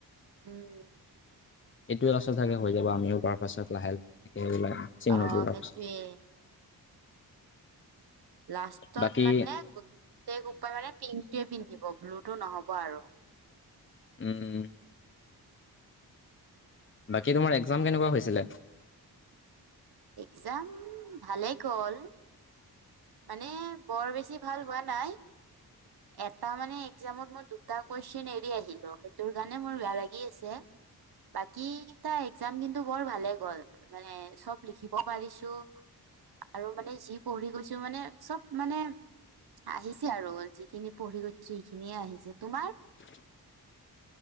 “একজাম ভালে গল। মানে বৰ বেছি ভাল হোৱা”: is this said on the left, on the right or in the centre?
Right